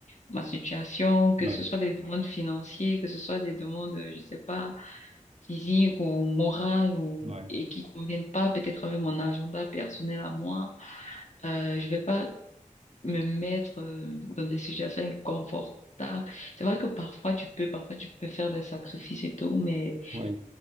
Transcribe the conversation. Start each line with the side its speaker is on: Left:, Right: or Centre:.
Left: ma situation, que
Right: Oui,
Left: ce soit des demandes financières, que ce soit des demandes, euh, je sais pas, physiques ou morales ou
Right: oui,
Left: et qui conviennent pas peut-être avec mon agenda personnel à moi. Euh, je vais pas me mettre euh, dans des situations inconfortables. C'est vrai que parfois tu peux, parfois tu peux faire des sacrifices et tout, mais
Right: oui,